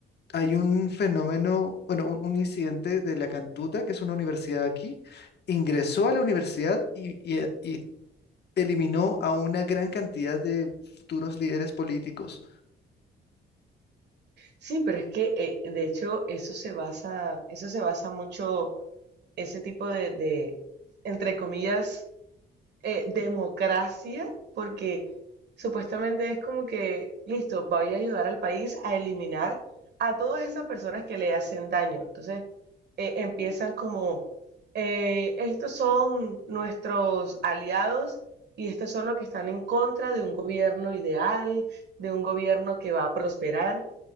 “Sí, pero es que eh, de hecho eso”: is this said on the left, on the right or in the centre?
Right